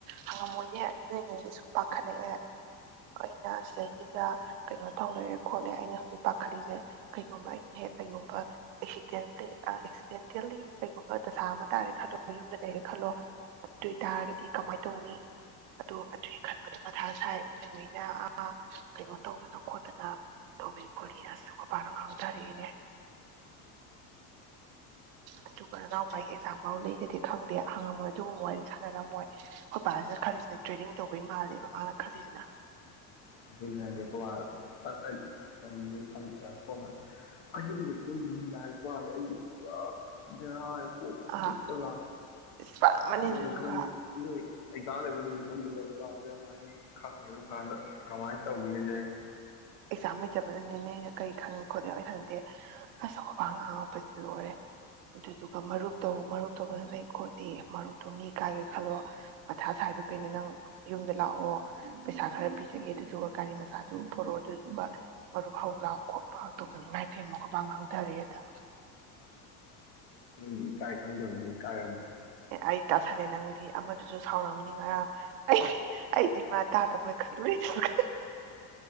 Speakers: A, on the right (about 75°); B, on the left (about 60°).
A: ꯍꯪꯉꯝꯃꯣꯏꯅꯦ ꯅꯣꯏ ꯅꯪ ꯁꯨꯝ ꯄꯥꯈꯠꯂꯛꯑꯦ ꯑꯩꯅ ꯁꯤꯗꯩꯩꯁꯤꯗ ꯀꯩꯅꯣ ꯊꯧ ꯂꯩꯔꯦ ꯈꯣꯠꯂꯦ ꯑꯩꯅ ꯍꯧꯖꯤꯛ ꯄꯥꯈꯠꯂꯤꯁꯦ ꯀꯩꯒꯨꯝꯕ ꯑꯩꯅ ꯍꯦꯛ ꯀꯩꯒꯨꯝꯕ ꯑꯦꯛꯁꯤꯗꯦꯟꯂꯤ ꯑꯦꯛꯁꯤꯗꯦꯟꯇꯦꯜꯂꯤ ꯀꯩꯒꯨꯝꯕ ꯗꯁꯥ ꯑꯃ ꯇꯥꯔꯦ ꯈꯜꯂꯣ ꯌꯨꯝꯗ ꯂꯩꯔꯦ ꯈꯜꯂꯣ ꯑꯗꯨ ꯑꯣꯏꯇꯥꯔꯒꯗꯤ ꯀꯃꯥꯏꯅ ꯇꯧꯅꯤ ꯑꯗꯣ ꯑꯗꯨꯒꯤ ꯈꯟꯕꯗ ꯃꯊꯥ ꯁꯥꯏꯃꯤ ꯌ ꯑ ꯑ ꯀꯩꯅꯣ ꯇꯧꯗꯅ ꯈꯣꯠꯇꯅ ꯇꯧꯔꯤ ꯈꯣꯂꯤꯅ ꯑꯁ ꯑꯈꯣꯏ ꯕꯥꯅ ꯉꯥꯡꯙꯔꯛꯑꯦꯅꯦ ꯑꯗꯨꯒ ꯅꯅꯥꯎꯄꯥꯒꯤ ꯑꯦꯛꯖꯥꯝꯐꯥꯎ ꯂꯩꯗꯨꯗꯤ ꯈꯪꯗꯦ ꯍꯪꯉꯝꯃꯣꯏ ꯑꯗꯨꯒꯨꯝꯕ ꯋꯥꯔꯤ ꯁꯥꯟꯅꯔꯝꯃꯣꯏ ꯑꯈꯣꯏ ꯄꯥꯁꯤꯅ ꯈꯜꯂꯤꯁꯤꯅ ꯇ꯭ꯔꯦꯗꯤꯡ ꯇꯧꯕꯩ ꯃꯥꯜꯂꯦꯕ ꯃꯥꯅ ꯈꯜꯂꯤꯁꯤꯅ
B: ꯑꯗꯨꯅꯦ ꯍꯥꯏꯖꯦ ꯑꯩꯈꯣꯏ ꯃꯥꯖꯦ ꯇꯞꯇꯥꯏ ꯀꯔꯤꯅꯣ ꯈꯜꯂꯦ ꯁꯣꯝꯗ ꯑꯍꯤꯡꯕꯨ ꯇꯨꯝꯗꯃꯩ ꯂꯥꯏꯔꯤꯛ ꯄꯥꯔꯤ ꯑꯩ ꯄꯨꯔꯥ ꯕꯦꯔꯥꯅꯦ ꯀꯣꯛꯀ
A: ꯑꯥ
B: ꯆꯤꯛꯄꯒ
A: ꯏꯁ ꯄꯥꯔꯝꯃꯅꯤ
B: ꯅꯣꯏ
A: ꯑꯗꯨꯗꯨꯒ
B: ꯈꯪꯅꯤ ꯅꯣꯏ ꯑꯦꯛꯖꯥꯝ ꯂꯩꯕ ꯅꯨꯃꯤꯠ ꯁꯤꯗ ꯂꯩꯔꯨ ꯂꯥꯎ ꯑꯩ ꯈꯪꯗꯦ ꯑꯗꯨꯝ ꯀꯥꯟꯗ ꯀꯃꯥꯏ ꯇꯧꯕꯤꯔꯤꯒꯦ
A: ꯑꯦꯛꯖꯥꯝ ꯂꯩꯇꯕꯅꯅꯤꯅꯦ ꯅꯣꯏꯅ ꯀꯔꯤ ꯈꯪꯉꯤ ꯈꯣꯠꯂꯤ ꯑꯩ ꯍꯥꯏꯕꯗꯤ ꯑꯁ ꯑꯩꯈꯣꯏ ꯄꯥꯅ ꯉꯥꯡꯂꯛꯄꯁꯗꯤ ꯂꯣꯏꯔꯦ ꯑꯗꯨꯗꯨꯒ ꯃꯔꯨꯞ ꯇꯧ ꯃꯔꯨꯞ ꯇꯧꯗꯅ ꯂꯩ ꯈꯣꯠꯂꯤ ꯃꯔꯨꯞꯇꯣ ꯃꯤ ꯀꯥꯏꯔꯦ ꯈꯜꯂꯣ ꯃꯊꯥ ꯁꯥꯏꯗꯣ ꯀꯩꯅꯣ ꯅꯪ ꯌꯨꯝꯗ ꯂꯥꯛꯑꯣ ꯄꯩꯁꯥ ꯈꯔ ꯄꯤꯔꯒꯦ ꯑꯗꯨꯗꯨꯒ ꯒꯥꯔꯤ ꯃꯆꯥꯗꯨ ꯄꯣꯔꯛꯑꯣ ꯑꯗꯨꯗꯨꯒ ꯃꯔꯨꯞ ꯍꯧꯂꯥꯎ ꯈꯣꯠꯂꯥꯎ ꯇꯧꯗꯅ ꯏꯃꯥꯏ ꯄꯦꯝꯃ ꯑꯈꯣꯏ ꯕꯥꯅ ꯍꯥꯡꯊꯔꯛꯑꯦ ꯍꯦꯛꯇ
B: ꯃꯤ ꯀꯥꯏ ꯈꯪꯗꯕꯅꯦ ꯀꯥꯏ ꯌꯥꯝ
A: ꯑꯩ ꯇꯥꯁꯜꯂꯦ ꯅꯪ ꯅꯨꯄꯤ ꯑꯃꯗꯨꯁꯨ ꯁꯥꯎꯔꯝꯅꯤ ꯉꯔꯥꯡ ꯑꯩꯗꯤ ꯑꯩꯗꯤ ꯃꯥ ꯇꯥꯗꯕꯣꯏ ꯈꯜꯂꯨꯨꯔꯦ ꯑꯗꯨꯒ